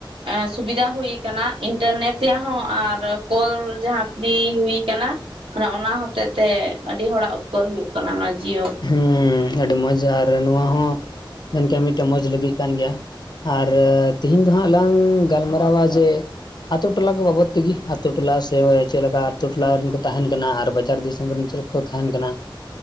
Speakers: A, on the right (about 80°); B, on the left (about 55°).
A: ᱮᱸ ᱥᱩᱵᱤᱫᱷᱟ ᱦᱩᱭ ᱟᱠᱟᱱᱟ ᱤᱱᱴᱟᱨᱱᱮᱴ ᱨᱮᱭᱟᱜ ᱦᱚᱸ ᱟᱨ ᱠᱚᱞ ᱡᱟᱦᱟᱸ ᱯᱷᱨᱤ ᱦᱩᱭ ᱟᱠᱟᱱᱟ ᱾ ᱚᱱᱟ ᱦᱚᱛᱮᱜ ᱛᱮ ᱟᱹᱰᱤ ᱦᱚᱲᱟᱜ ᱩᱯᱠᱟᱹᱨ ᱦᱩᱭᱩᱜ ᱠᱟᱱᱟ ᱚᱱᱟ ᱡᱤᱭᱳ ᱾
B: ᱦᱩᱸᱻ ᱟᱹᱰᱤ ᱢᱚᱸᱡᱽ ᱟᱨ ᱱᱚᱣᱟ ᱦᱚᱸ ᱢᱮᱱᱠᱮᱜᱼᱟ ᱢᱤᱫᱴᱮᱜ ᱢᱚᱸᱡᱽ ᱞᱟᱹᱜᱤᱫ ᱠᱟᱱ ᱜᱮᱭᱟ᱾ ᱟᱨ ᱛᱤᱦᱤᱱ ᱫᱚ ᱦᱟᱸᱜ ᱞᱟᱝ ᱜᱟᱞᱢᱟᱨᱟᱣᱟ ᱡᱮ ᱟᱛᱳ ᱴᱚᱞᱟ ᱠᱚ ᱵᱟᱵᱚᱛ ᱛᱮᱜᱮ, ᱟᱛᱳ ᱴᱚᱞᱟ ᱥᱮ ᱪᱮᱫ ᱞᱮᱠᱟ, ᱟᱛᱳ ᱴᱚᱞᱟ ᱨᱮᱱ ᱠᱚ ᱛᱟᱦᱮᱱ ᱠᱟᱱᱟ ᱟᱨ ᱵᱟᱡᱟᱨ ᱫᱤᱥᱚᱢ ᱨᱮᱱ ᱪᱮᱫ ᱞᱮᱠᱟ ᱠᱚ ᱛᱟᱦᱮᱱ ᱠᱟᱱᱟ ᱾